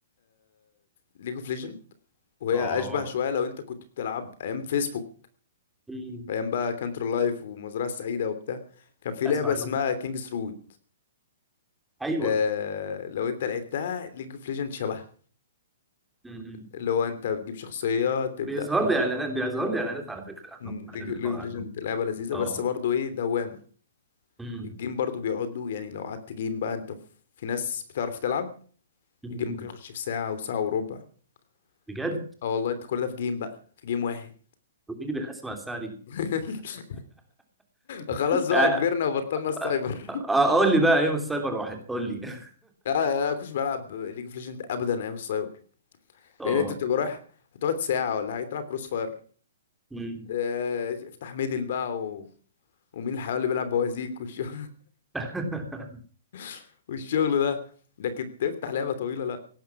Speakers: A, on the left; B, in the centre.
A: ليج اوف ليجند
B: <laughs>
A: وهي
B: اه
A: اشبه شويه لو انت كنت بتلعب ايام فيسبوك
B: مم.
A: ايام بقى كانتر لايف ومزرعه السعيده وبتاع كان في
B: اسمع
A: لعبه اسمها
B: عنهم
A: كينجز رود
B: ايوه
A: آه لو انت لعبتها ليج اوف ليجند شبهها
B: مم.
A: اللي هو انت بتجيب شخصيه تبدا
B: بيظهر لي اعلانات بيظهر لي اعلانات على فكره عنهم
A: مم،
B: عن
A: ليج
B: الحوار
A: ليج اوف
B: عنهم
A: ليجند لعبه لذيذه
B: اه
A: بس برضو ايه دوامه
B: مم.
A: الجيم برضو بيقعد له يعني لو قعدت جيم بقى انت ف- في ناس بتعرف تلعب
B: مم.
A: الجيم ممكن يخش في ساعه وساعه وربع
B: بجد
A: فت... اه والله انت كل ده في جيم بقى في جيم واحد
B: طب مين اللي بيحاسب على الساعه دي
A: <laughs> خلاص
B: <laughs>
A: بقى كبرنا وبطلنا السايبر
B: اقول لي بقى ايه من السايبر واحد قول لي
A: لا لا لا، كنتش بلعب ليج اوف ليجند ابدا ايام السايبر
B: <laughs> اه
A: لان انت بتبقى رايح هتقعد ساعه ولا حاجه تلعب كروس فاير
B: مم.
A: آه، افتح ميدل بقى و... ومين الحيوان اللي بيلعب بوازيك والشغل,
B: <laughs>
A: <laughs> والشغل ده لكن تفتح لعبه طويله لا